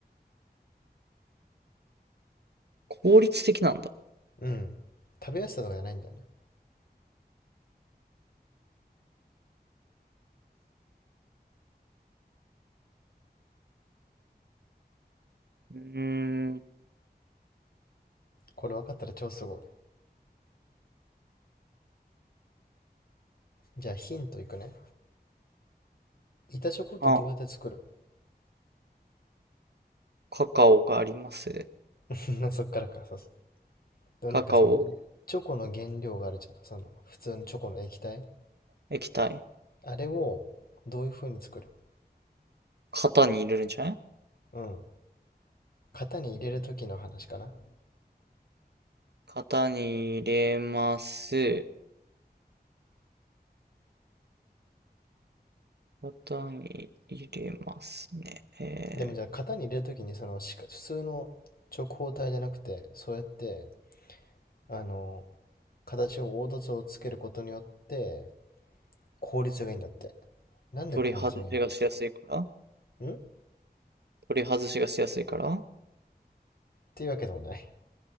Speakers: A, on the right; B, on the left.
A: 効率的なんだ。
B: うん。食べやすさとかじゃないんだよね。
A: うーん。
B: これ分かったら超すごい。じゃあヒントいくね。板チョコってどうやって作る
A: あ、カカオがあります。
B: <laughs> そっからか、そうそう。でもなんかその、
A: カカオ
B: チョコの原料があるじゃん。その、普通のチョコの液体。
A: 液体。
B: あれをどういう風に作る
A: 型に入れるんじゃない
B: うん。型に入れる時の話かな。
A: 型に入れます。型に入れますね。えー、
B: でもじゃあ型に入れる時にその、しか普通の直方体じゃなくて、そうやって、あの、形を凹凸をつけることによって、効率がいいんだって。なんで効率がいいんだろ
A: 取り外しがしやすいから
B: う。んっ
A: 取り外しがしやすいからっ
B: ていうわけでもない。